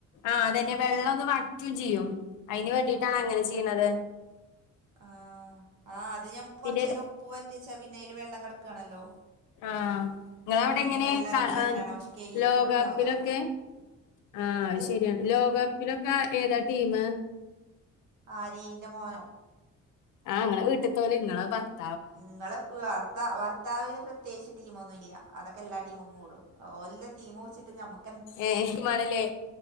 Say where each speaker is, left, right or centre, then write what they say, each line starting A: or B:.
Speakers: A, on the left; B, on the right.
A: ആഹ് അതന്നെ വെള്ളൊന്ന് വറ്റും ചെയ്യും അതിന് വേണ്ടിട്ടാണ്
B: ആ
A: അങ്ങനെ ചെയ്യ്ണത്
B: ആഹ് ആ അത് ഞമ്മള് കൊറച്ചേരം
A: പിന്നെ
B: ഉപ്പ് പരറ്റി വെച്ചാ പിന്നയ്ല് വെള്ളം കെടക്കാണല്ലോ?
A: ആഹ് ഇങ്ങളവിടെങ്ങനെ
B: അയിന്ന് വെള്ളം
A: ക
B: എറങ്ങി വരുന്നാണാ
A: എഹ്
B: പക്ഷെ കെയ്കീട്ട്
A: ലോകകപ്പിലൊക്കെ?
B: പോലും ഉണ്ടാവൂല
A: ആഹ്
B: എന്ത്
A: അഹ് ശരിയാണ് ലോകകപ്പിലൊക്കെ ഏതാ ടീമ്?
B: ആര് ഇന്റെ മോനോ?
A: ആഹ് ഇങ്ങളെ വീട്ട്ത്തോല് ഇങ്ങളെ ഭർത്താ
B: ഇങ്ങള് ഭർത്ത ഭർത്ത ഭർത്താവിന് പ്രത്യോകിച്ച് ടീമൊന്നും ഇല്ല്യ അതൊക്കെ എല്ലാ ടീമുക്കും കൂടും ഓല്തെ ടീമ് പുടിച്ചിട്ട് നമുക്ക് എന്ത്
A: ഏഹേ ടീമാണ്ലേ?